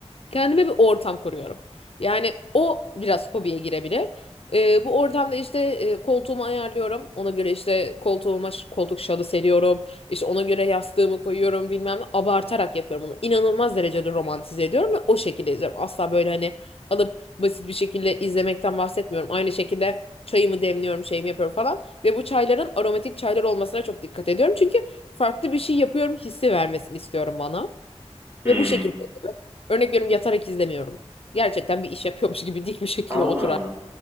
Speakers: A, on the left (about 60°); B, on the right (about 20°).
A: Kendime bir ortam kuruyorum. Yani o biraz hobiye girebilir. Ee, bu ortamda işte e, koltuğumu ayarlıyorum. Ona göre işte koltuğuma ş- koltuk şalı seriyorum. İşte ona göre yastığımı koyuyorum bilmem ne. Abartarak yapıyorum bunu. İnanılmaz derecede romantize ediyorum ve o şekilde izliyorum. Asla böyle hani alıp basit bir şekilde izlemekten bahsetmiyorum. Aynı şekilde çayımı demliyorum, şeyimi yapıyorum falan. Ve bu çayların aromatik çaylar olmasına çok dikkat ediyorum. Çünkü farklı bir şey yapıyorum hissi vermesini istiyorum bana.
B: Hmm.
A: Ve bu şekilde Örnek veriyorum yatarak izlemiyorum. Gerçekten bir iş yapıyormuş gibi dik bir şekilde
B: Allah
A: oturar.
B: Allah.